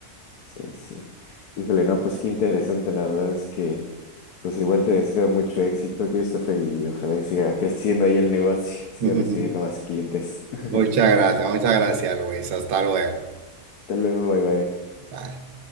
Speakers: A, on the left; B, on the right.
A: Sí, sí. Híjole, no, pues qué interesante, la verdad es que, pues igual te deseo mucho éxito, Christopher, y ojalá y siga creciendo ahí el negocio, <laughs> y siga
B: <laughs>
A: recibiendo más clientes. <laughs>
B: Muchas gracias, muchas gracias, Luis. Hasta luego.
A: Hasta luego, bye bye.
B: Bye.